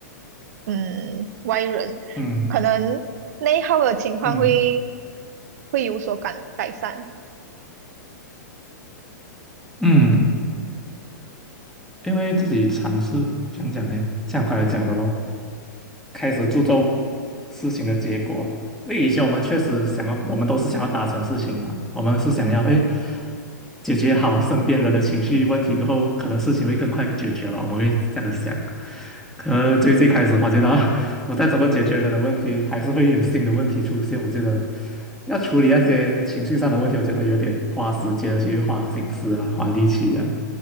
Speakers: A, on the right; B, in the centre.
A: 嗯外人，
B: 嗯
A: 可能内耗的情况会
B: 嗯
A: 会有所改改善。
B: 嗯，因为自己尝试讲讲呢，像我刚才讲的咯，开始注重事情的结果。因为以前我们确实想要，我们都是想要达成事情嘛，我们是想要哎解决好身边人的情绪问题过后，可能事情会更快解决了。我们会这样的想。可最最开始发觉到，<laughs> 我再怎么解决人的问题，还是会有新的问题出现。我觉得要处理那些情绪上的问题，我觉得有点花时间，而且又花心思啊，花力气啊。